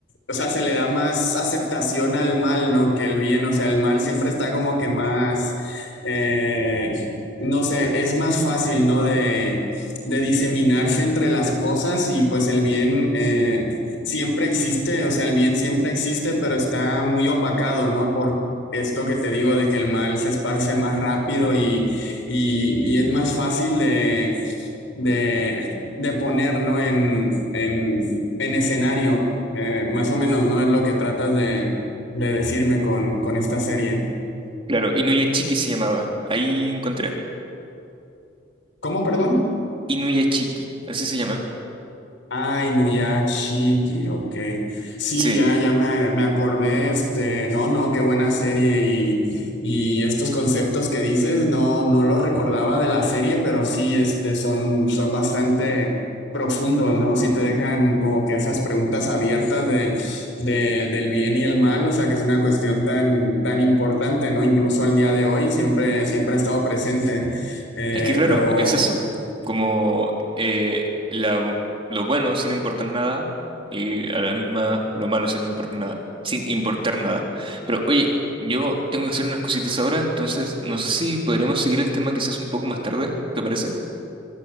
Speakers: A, on the left; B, on the right.
A: o sea, se le da más aceptación al mal, ¿no? Que el bien, o sea, el mal siempre está como que más, eh, no sé, es más fácil, ¿no? De, de diseminarse entre las cosas y pues el bien, eh, Siempre existe, o sea, el bien siempre existe, pero está muy opacado, ¿no? Por esto que te digo de que el mal se esparce más rápido y, y, y es más fácil de, de, de poner, ¿no? En, en, en escenario, Eh, más o menos, ¿no? Es lo que tratas de, de decirme con, con esta serie.
B: Claro, Inuyachiki se llamaba. Ahí encontré.
A: ¿Cómo, perdón?
B: Inuyachiki, así se llama.
A: Ay, Nuyashiki, ok. Sí,
B: Sí,
A: ya, ya me, me acordé, este, no, no, qué buena serie y, y estos conceptos que dices, no, no los recordaba de la serie, pero sí, este, son, son bastante profundos, ¿no? Sí te dejan como que esas preguntas abiertas de, de, del bien y el mal, o sea, que es una cuestión tan, tan importante, ¿no? Incluso al día de hoy siempre, siempre ha estado presente, Eh,
B: es que claro,
A: pero...
B: es eso. Como eh, la- lo bueno sin importar nada y a la misma lo malo sin importar nada. Sin importar nada. Pero oye, yo tengo que hacer unas cositas ahora, entonces no sé si podríamos seguir el tema quizás un poco más tarde, ¿te parece?